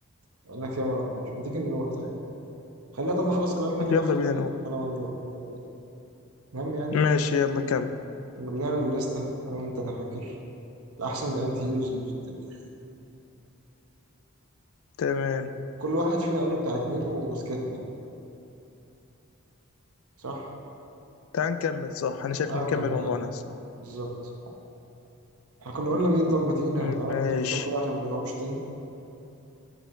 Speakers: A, on the right; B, on the left.
A: بقالنا كتير ما رحناش، ما تيجي نروح طيب؟ خلينا طب نخلص كلامنا
B: يلا
A: كده في الطريق
B: بينا نروح
A: على ما نروح، يعني المهم يعني
B: ماشي يلا كمل
A: كنا بنعمل لستة أنا وأنت أنا فاكر لأحسن الأنتي هيروز اللي في التاريخ،
B: تمام
A: كل واحد فينا قال له بتاع اتنين وسكتنا صح؟
B: تعال نكمل صح أنا شايف
A: تعالى
B: نكمل
A: نكملها
B: موضوعنا
A: بقى
B: صح
A: بالظبط، إحنا كنا قلنا
B: م-
A: مين طب ما تيجي
B: م-
A: تعالى
B: ماشي
A: نفتكرهم كده عشان ما نقولهمش تاني